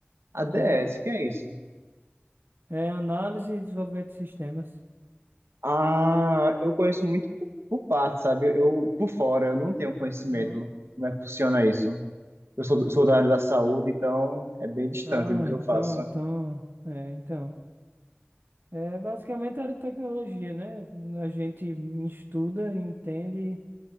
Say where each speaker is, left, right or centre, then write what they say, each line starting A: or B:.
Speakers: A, on the right; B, on the right.
A: ADS,
B: Uhum.
A: o que é isso?
B: É análise e desenvolvimento de sistemas.
A: Ah, eu conheço muito por, por parte, sabe? Eu por fora, eu não tenho conhecimento
B: Uhum.
A: como é que funciona isso. Eu sou, do- sou da área da saúde, então é bem distante
B: Ah,
A: do que
B: então,
A: eu faço.
B: então, é, então. É basicamente a área de tecnologia, né? A gente estuda, entende